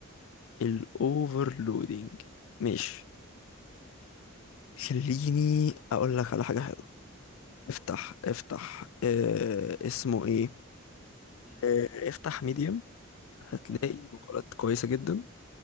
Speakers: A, on the left (about 65°); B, in the centre.
A: الأوفر لودنج ماشي خليني أقول لك على حاجة حلوة
B: اتفضل
A: افتح
B: يا باشا
A: افتح اه اسمه ايه
B: امم
A: اه افتح ميديم هتلاقي
B: تمام
A: مقالات كويسة جدا